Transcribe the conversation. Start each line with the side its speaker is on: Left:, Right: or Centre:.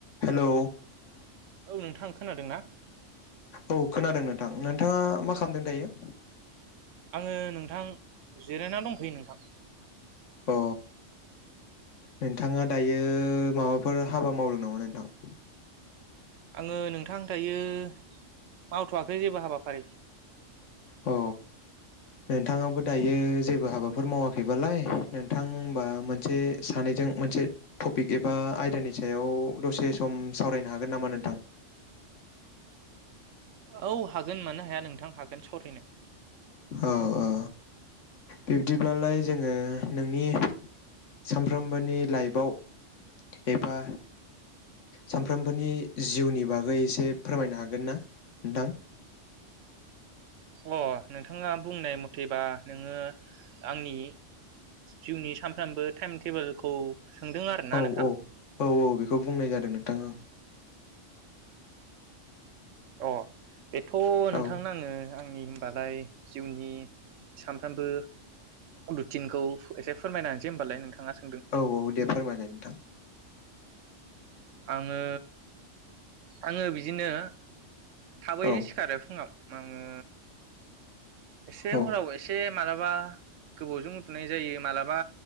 Left: Hello
Right: औ नोंथां खोनादों ना?
Left: औ खोनादों नोंथां नोंथाङा मा खालामदों दायो?
Right: आङो नोंथां जिरायनानै दंखैयो नोंथां
Left: अ नोंथाङा दायो माबाफोर हाबा मावदों नामा नोंथां?
Right: आङो नोंथां दायो मावथ'वाखै जेबो हाबाफारि
Left: अ नोंथाङाबो दायो जेबो हाबाफोर मावाखैबालाय नोंथां हबा मोनसे सानैजों मोनसे टपिक एबा आयदानि सायाव दसे सम सावरायनो हागोन नामा नोंथां
Right: औ हागोन मानो हाया नोंथां हागोन- सावरायनो
Left: ओ औ बिब्दिब्लालाय जोङो नोंनि सानफ्रोमबोनि लाइफआव एबा सानफ्रोमबोनि जिउनि बागै एसे फोरमायनो हागोन ना नोंथां
Right: अ नोंथाङा बुंनाय मथेबा नोङो आंनि जिउनि ओ सानफ्रोमबो टाइम टेबोलखौ सोंदों आरोना
Left: औ
Right: नोंथां
Left: औ औ औ बेखौ बुंनाय जादों नोंथां आं
Right: अ बेथ' नोंथांनो
Left: ओं
Right: आङो आंनि होमबालाय जिउनि सानफ्रामबो रुटिनखौ एसे फोरमायनासै होमबालाय नोंथाङा स
Left: औ औ दे फोरमायनाय नोंथां
Right: आङो आङो बिदिनो थाबैनो
Left: औ
Right: सिखारो फुङाव। आङो एसे
Left: औ
Right: हराव एसे मालाबा गोबावजों उनदुनाय जायो मालाबा